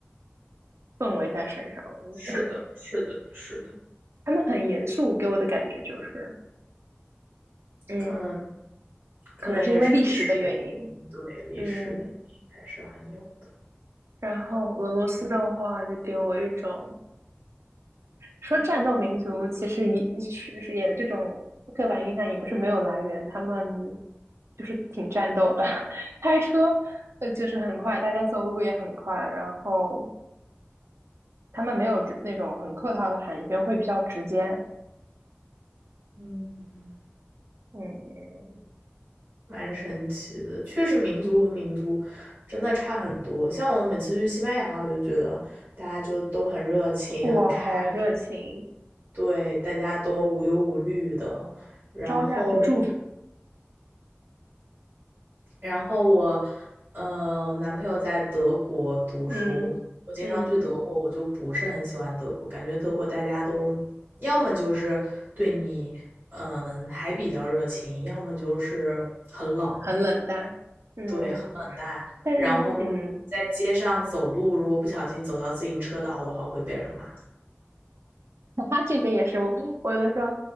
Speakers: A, on the right; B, on the right.
A: 氛围在身上。
B: 是的，
A: <laughs>
B: 是的，是的，
A: 他们很严肃，给我的感觉就是，嗯，
B: 可能，可能也是历史原因，
A: 可能是因为历史的原因，
B: 对，历史原因还是很有的。
A: 嗯。然后俄罗斯的话，就给我一种说战斗民族其实也是是也这种刻板印象也不是没有来源，他们就是挺战斗的，<laughs> 开车呃就是很快，大家走路也很快，然后他们没有直那种很客套的寒暄，会比较直接。
B: 嗯，
A: 嗯，
B: 蛮神奇的，确实民族和民族真的差很多。像我每次去西班牙，我就觉得大家就都很热情、
A: 哇，
B: 很开朗，
A: 好热情，
B: 对，大家都无忧无虑的。然后，
A: 招架不住。
B: 然后我，呃，男朋友在德国读书，
A: 嗯嗯，
B: 我经常去德国，我就不是很喜欢德国，感觉德国大家都要么就是对你，嗯，还比较热情，要么就是很冷。
A: 很冷淡。嗯，
B: 对，很冷淡。
A: 但是嗯。
B: 然后在街上走路，如果不小心走到自行车道的话，会被人骂。
A: <laughs> 他这边也是，我我有的时候，